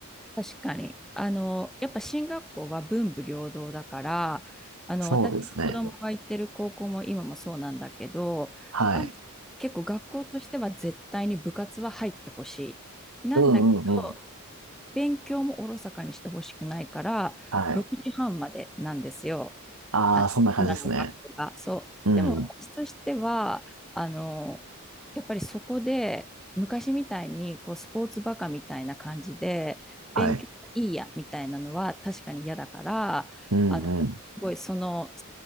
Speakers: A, in the centre; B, on the right.
A: 確かに。あの、やっぱ進学校は文武両道だから、あの、
B: そうですね。
A: 私の子供が行ってる高校も今もそうなんだけど、
B: はい。
A: あ、結構学校としては絶対に部活は入ってほしい。なんだけど、
B: うんうんうん。
A: 勉強もおろそかにしてほしくないから、
B: はい。
A: 6時半までなんですよ。
B: ああ、
A: あ、
B: そんな感じですね。
A: 今の学校が。そう。
B: うん。
A: でも私としては、あの、やっぱりそこで、昔みたいにこうスポーツバカみたいな感じで、
B: はい。
A: 勉強いいやみたいなのは確かに嫌だから、
B: うんうん。
A: あの、すごいその、